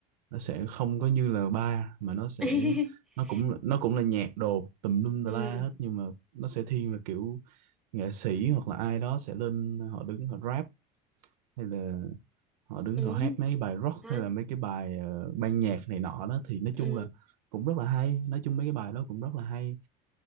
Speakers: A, on the right (about 85°); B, in the centre.
A: nó sẽ không có như là bar mà nó sẽ
B: <laughs>
A: nó cũng nó cũng là nhạc đồ tùm lum
B: ừ.
A: tà la hết nhưng mà nó sẽ thiên về kiểu nghệ sĩ hoặc là ai đó sẽ lên họ đứng họ rap hay là họ đứng
B: Ừ.
A: họ hát mấy bài rock
B: Hát.
A: hay là mấy cái bài ờ, ban nhạc này nọ đó thì nói
B: Ừ.
A: chung là cũng rất là hay nói chung mấy cái bài đó cũng rất là hay